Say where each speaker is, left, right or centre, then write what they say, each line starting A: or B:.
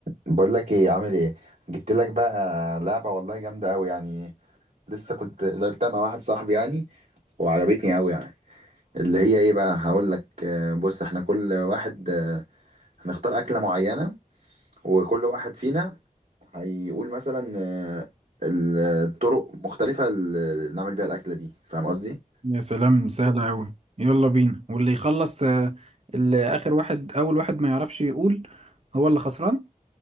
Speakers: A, on the right; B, on the right.
A: بقول لك ايه عامل ايه جبت لك بقى لعبه والله جامده قوي يعني لسه كنت لعبتها مع واحد صاحبي يعني وعجبتني قوي يعني اللي هي ايه بقى هقول لك آه، بص احنا كل واحد آه، هنختار اكله معينه وكل واحد فينا هيقول مثلا آه، الطرق مختلفه اللي نعمل بيها الاكله دي فاهم قصدي
B: يا سلام سهلة أوي يلا بينا واللي يخلص آه، اللي آخر واحد أول واحد ما يعرفش يقول هو اللي خسران